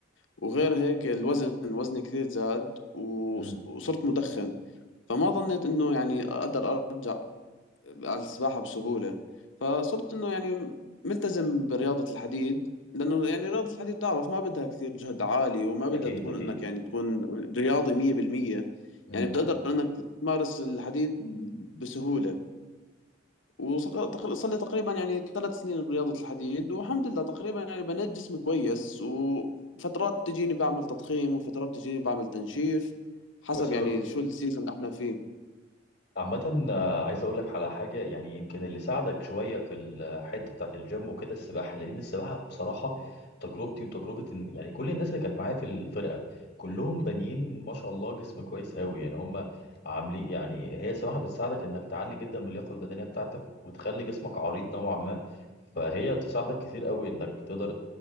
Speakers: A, on the left; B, on the left.
A: وغير هيك الوزن وزني كثير زاد وص-
B: امم
A: وصرت مدخن فما ظنيت إنه يعني أقدر أرجع على السباحة بسهولة فصرت إنه يعني ملتزم برياضة الحديد لأنه يعني رياضة الحديد تعرف ما بدها كثير جهد عالي وما بدها
B: اكيد
A: تكون
B: اكيد
A: إنك يعني تكون رياضي مية بالمية
B: امم
A: يعني بتقدر إنك تمارس الحديد بسهولة وصار لي تقريبا يعني ثلاث سنين برياضة الحديد والحمد لله تقريبا يعني بنيت جسمي كويس وفترات تجيني بعمل تضخيم وفترات تجيني بعمل تنشيف حسب
B: كويس قوي
A: يعني شو السيزون اللي احنا فيه
B: عامة آه، عايز أقول لك على حاجة يعني يمكن اللي ساعدك شوية في الحتة بتاعة الجيم وكده السباحة لأن السباحة بصراحة تجربتي وتجربة إن- يعني كل الناس اللي كانت معايا في الفرقة كلهم بانيين ما شاء الله جسم كويس قوي يعني هم عاملين يعني هي السباحة بتساعدك إنك تعلي جدا من اللياقة البدنية بتاعتك وتخلي جسمك عريض نوعا ما فهي بتساعدك كتير قوي إنك تقدر